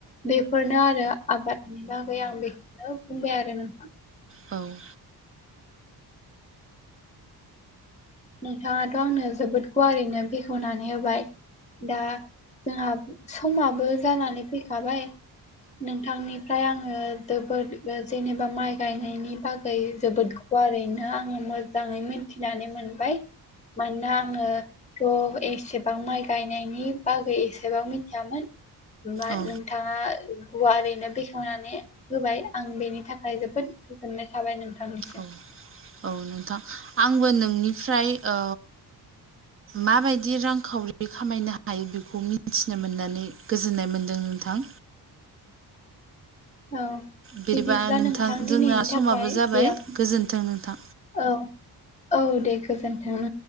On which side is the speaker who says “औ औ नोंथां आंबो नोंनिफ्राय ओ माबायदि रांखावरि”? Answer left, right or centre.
Right